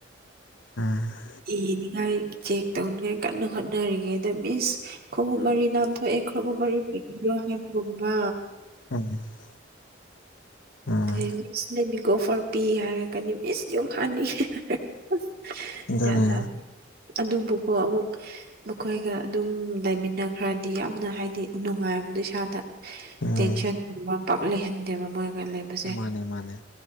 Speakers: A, on the left; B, on the right.
A: ꯎꯝ
B: ꯏꯅꯤꯉꯥꯏ ꯆꯦꯛ ꯇꯧꯅꯤꯉꯥꯏ ꯀꯟꯅ ꯍꯣꯠꯅꯔꯤꯉꯩꯗ ꯃꯤꯁ ꯈꯣꯡꯎꯞ ꯃꯔꯤ ꯅꯥꯟꯊꯣꯛꯑꯦ ꯈꫭꯡꯎꯨꯞ ꯃꯔꯤ ꯀꯤꯕꯤꯌ‌ꫭ ꯍꯥꯏꯕꯒꯨꯝꯕ
A: ꯎꯝ ꯎꯝ
B: ꯑꯗꯩ ꯃꯤꯁ ꯂꯩ ꯒꯣ ꯐꯔꯄꯤ ꯍꯥꯏꯔꯛꯀꯅꯤ ꯃꯤꯁ ꯌꯨꯡ ꯍꯥꯟꯅꯤꯡꯉ‌ꯦ ꯍꯥꯏꯔ ꯑꯁ
A: ꯑꯗꯨꯅꯦ
B: ꯖꯥꯠ ꯖꯥꯠꯅꯤ ꯑꯗꯨꯕꯨꯀꯣ ꯑꯃꯨꯛ ꯃꯈꯣꯏꯒ ꯑꯗꯨꯝ ꯂꯩꯃꯤꯟꯅꯈ꯭ꯔꯗꯤ ꯌꯥꯝꯅ ꯍꯥꯏꯗꯤ ꯅꯨꯡꯉꯥꯏꯕꯗꯣ ꯏꯁꯥꯗ
A: ꯎꯝ
B: ꯇꯦꯟꯁꯟꯒꯨꯝꯕ ꯄꯥꯛ ꯂꯩꯍꯟꯗꯦꯕ ꯃꯣꯏꯒ ꯂꯩꯕꯁꯦ
A: ꯃꯥꯅꯦ ꯃꯥꯅꯦ